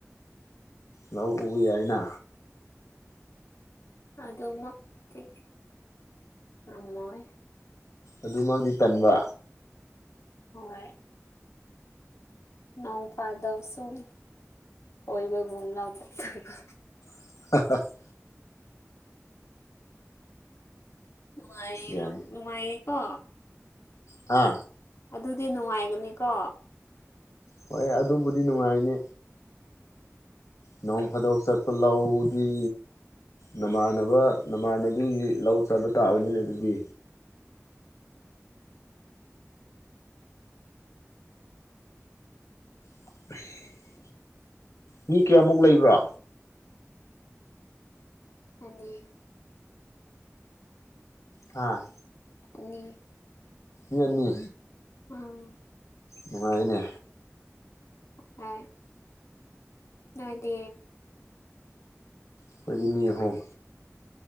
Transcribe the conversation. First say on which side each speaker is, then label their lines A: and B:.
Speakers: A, on the left (about 75°); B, on the left (about 60°).
A: ꯂꯧ ꯎꯕ ꯌꯥꯏꯅ
B: ꯑꯗꯨꯃꯛꯇꯤ ꯉꯝꯃꯣꯏ
A: ꯑꯗꯨꯃꯛꯇꯤ ꯇꯟꯕ
B: ꯍꯣꯏ ꯅꯣꯡ ꯐꯥꯗꯣꯛꯁꯨꯝ ꯀꯣꯏꯕꯨꯒꯤ ꯂꯧ ꯆꯇꯣꯏꯕ
A: <unintelligible>
B: ꯅꯨꯡꯉꯥꯏ
A: ꯌꯥꯏ
B: ꯅꯨꯡꯉꯥꯏꯌꯦꯀꯣ
A: ꯍꯥ
B: ꯑꯗꯨꯗꯤ ꯅꯨꯡꯉꯥꯏꯒꯅꯤꯀꯣ
A: ꯍꯣꯏ ꯑꯗꯨꯕꯨꯗꯤ ꯅꯨꯡꯉꯥꯏꯅꯤ ꯅꯣꯡ ꯐꯥꯗꯣꯛ ꯆꯠꯄ ꯂꯧꯗꯤ ꯅꯃꯥꯟꯅꯕ ꯅꯃꯥꯟꯅꯕꯤꯒꯤ ꯂꯧ ꯆꯥꯕ ꯇꯥꯕꯅꯤꯅꯦ ꯑꯗꯨꯗꯤ <inaudible> ꯃꯤ
B: ꯎꯝ
A: ꯀꯌꯥꯃꯨꯛ ꯂꯩꯕ꯭ꯔꯥ
B: ꯑꯅꯤ
A: ꯍꯥꯥ
B: ꯑꯅꯤ
A: ꯌꯦꯅꯤ
B: ꯎꯝ
A: ꯅꯨꯡꯉꯥꯏꯅꯦ
B: ꯍꯥꯏ ꯅꯣꯏꯗꯤ
A: ꯑꯩꯈꯣꯏꯗꯤ ꯃꯤ ꯑꯍꯨꯝ